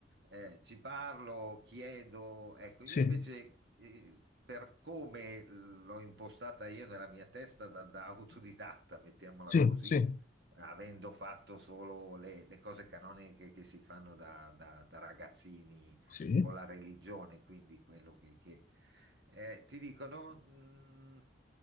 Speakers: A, on the right (about 65°); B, on the left (about 45°).
A: eh, ci parlo, chiedo. Ecco,
B: sì,
A: io invece, eh, per come l'ho impostata io nella mia testa da, da autodidatta, mettiamola
B: sì,
A: così,
B: sì.
A: avendo fatto solo le, le cose canoniche che si fanno da, da- da ragazzini
B: Sì,
A: con la religione, quindi quello che, che- eh, ti dico, non, mm,